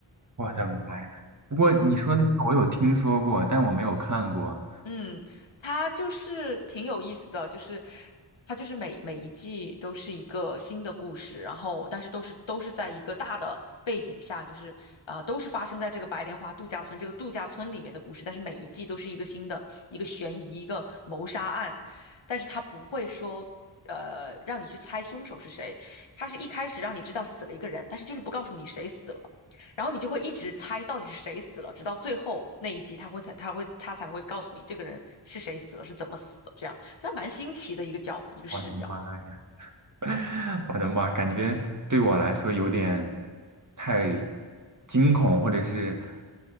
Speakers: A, on the right; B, on the left.
A: 我的妈呀！不过你说那个我有听说过，但我没有看过。
B: 嗯，它就是挺有意思的，就是它就是每每一季都是一个新的故事，然后但是都是都是在一个大的背景下，就是啊、呃都是发生在这个白莲花度假村这个度假村里面的故事，但是每一季都是一个新的一个悬疑一个谋杀案，但是它不会说呃让你去猜凶手是谁，它是一开始让你知道死了一个人，但是就是不告诉你谁死了。然后你就会一直猜到底是谁死了，直到最后那一集他会才他会他才会告诉你这个人是谁死了，是怎么死的，这样，这还蛮新奇的一个角一个视角。
A: 我的妈呀！<laughs> 我的妈，感觉对我来说有点太惊恐，或者是